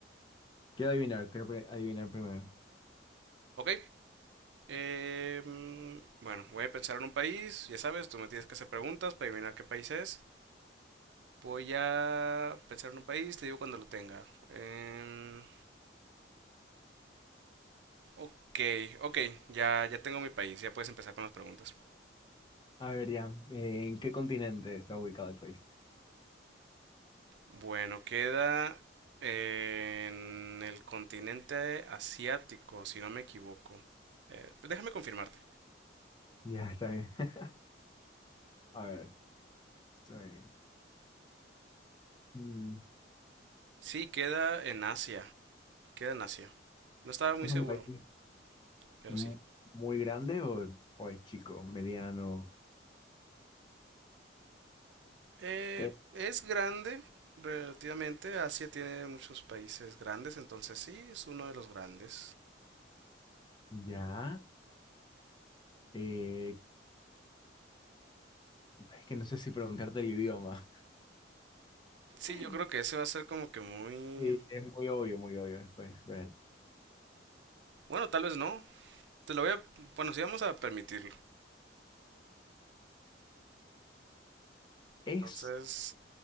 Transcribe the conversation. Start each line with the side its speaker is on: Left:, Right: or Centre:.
Left: Quiero adivinar, quiero pri- adivinar primero.
Right: Ok, Eh, mm, bueno, voy a pensar en un país, ya sabes, tú me tienes que hacer preguntas para adivinar qué país es. Voy a pensar en un país, te digo cuando lo tenga. Em, ok, ok, ya, ya tengo mi país, ya puedes empezar con las preguntas.
Left: A ver, ya, eh, ¿en qué continente está ubicado el país?
Right: Bueno, queda en el continente asiático, si no me equivoco. Eh, déjame confirmarte.
Left: Ya, está bien. <laughs> A ver, está bien. Mm,
Right: Sí, queda en Asia, queda en Asia. No estaba muy
Left: ¿es
Right: seguro,
Left: un país
Right: pero
Left: mu-
Right: sí.
Left: muy grande o, o es chico, mediano?
Right: Eh,
Left: ¿Qué?
Right: es grande relativamente. Asia tiene muchos países grandes, entonces sí, es uno de los grandes.
Left: Ya, eh, es que no sé si preguntarte el idioma.
Right: Sí,
Left: <laughs>
Right: yo creo que ese va a ser como que muy...
Left: Sí, es muy obvio, muy obvio después. ver.
Right: Bueno, tal vez no. Te lo voy a... Bueno, sí vamos a permitirlo.
Left: Es,
Right: Entonces...